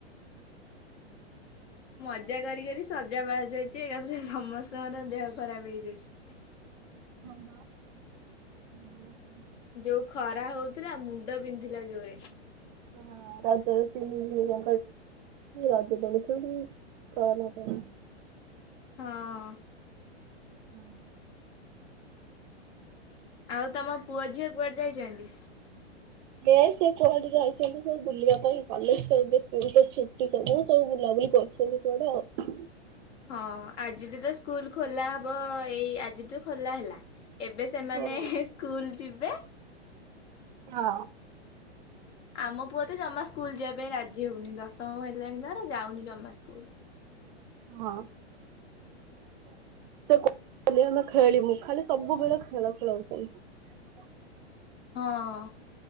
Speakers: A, on the left (about 70°); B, on the right (about 45°).
A: ମଜା କର କରି ଶଯା ବାହାରି ଯାଇଛି। ଏକାଥରେ ସମସ୍ତଙ୍କର ଦେହ ଖରାପ ହେଇଯାଇଛି।
B: ହଁ, ହଁ <inaudible>
A: ଯୋଉ ଖରା ହଉଥିଲା। ମୁଣ୍ଡ ବିନ୍ଧିଲା ଜୋରେ।
B: ହଁ ରାଜା ର <unintelligible> ରଜ ଦୋଳି ଖେଳି କଣ ପାଇଁ?
A: ହଁ।
B: ହଁ।
A: ଆଉ, ତମ ପୁଅ ଝିଅ କୁଆଡେ ଯାଇଛନ୍ତି?
B: ନାଇଁ, ସେ କୁଆଡେ ଯାଇଛନ୍ତି ସବୁ ବୁଲିବା ପାଇଁ। କଲେଜ ତ ଏବେ ସ୍କୁଲ ଛୁଟି କଲେଜ। ସ ବୁଲା ମୁଁ କହିଲି, କରୁଛନ୍ତି କୁଆଡେ ଆଉ?
A: ହଁ ଆଜିଠୁ ତ ସ୍କୁଲ ଖୋଲା ହବ-ଅ, ଏଇ ଆଜି ତ ଖୋଲା ହେଲା। ଏବେ ସେମାନେ
B: ହୁଁ
A: ସ୍କୁଲ ଯିବେ।
B: ହଁ।
A: ଆମ ପୁଅ ତ ଜମା ସ୍କୁଲ ଯିଆ ପାଇଁ ରାଜି ହଉନି। ଦଶମ ହେଲାଣି ତାର ଯାଉନି ଜମା ସ୍କୁଲ।
B: ହଁ। <inaudible> ଖେଳିମୁଁ ଖାଲି ସବୁବେଳେ ଖେଳ ଖେଳ ହଉଛନ୍ତି। ହ
A: ହଁ।